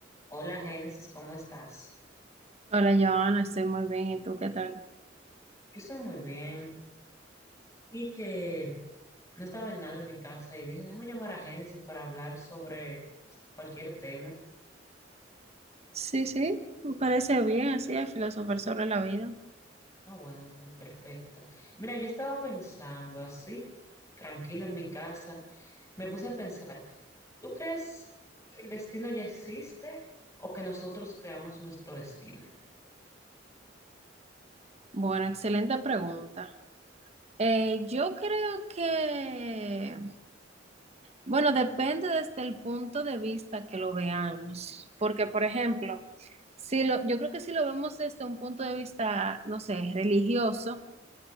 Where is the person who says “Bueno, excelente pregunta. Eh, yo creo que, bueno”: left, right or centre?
Right